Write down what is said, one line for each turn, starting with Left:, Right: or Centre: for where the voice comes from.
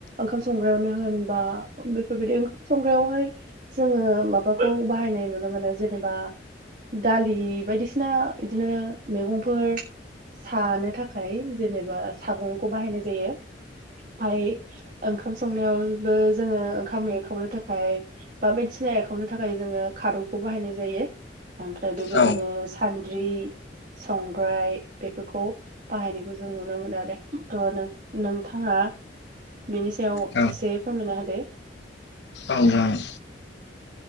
Right: ओंखाम संग्रायावनो होनबा बेफोरबायदि ओंखाम संग्रायावहाय जोङो माबाखौ बाहायनाय नुनो मोनो जेनेबा दालि बायदिसिना बिदिनो मैगंफोर सानो थाखाय जेनेबा सागंखौ बाहायनाय जायो। ओमफाय ओंखाम संनायावबो जोङो ओंखाम एरखावनो थाखाय बा बायदिसिना एरखावनो थाखाय जोङो खादौखौ बाहायनाय जायो। ओमफ्राय बेबायदिनो
Left: औ
Right: सान्द्रि संग्राय बेफोरखौ बाहायनायखौ जों नुनो मोनो आरो थ' नों नोंथाङा बेनि सायाव
Left: औ
Right: एसे फोरमायना होदो।
Left: औ जागोन।